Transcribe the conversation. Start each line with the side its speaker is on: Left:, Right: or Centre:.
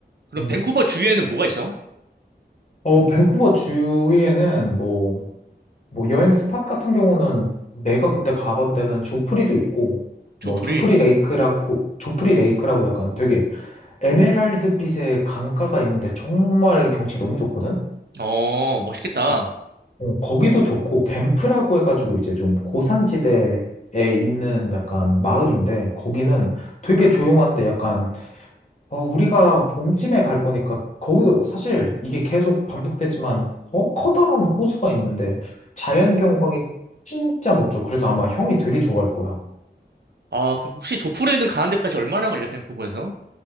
Right: 그럼
Left: 음.
Right: 밴쿠버 주위에는 뭐가 있어?
Left: 어, 밴쿠버 주위에는 뭐, 뭐 여행 스팟 같은 경우는 내가 그때 가본 데는 조프리도 있고
Right: 조풀이.
Left: 뭐 조프리 레이크라고 조프리 레이크라고 약간 되게 에메랄드빛의 강가가 있는데 정말 경치 너무 좋거든?
Right: 어, 멋있겠다.
Left: 어, 어, 거기도 좋고, 밴프라고 해가지고 이제 좀 고산지대에 있는 약간 마을인데, 거기는 되게 조용한데 약간, 어, 우리가 봄쯤에 갈 거니까, 거기도 사실 이게 계속 반복되지만, 어, 커다란 호수가 있는데, 자연 경관이 진짜 멋져. 그래서 아마 형이 되게 좋아할 거야.
Right: 아, 그럼 혹시 조풀에 있는 가는 데까지 얼마나 걸려, 밴쿠버에서?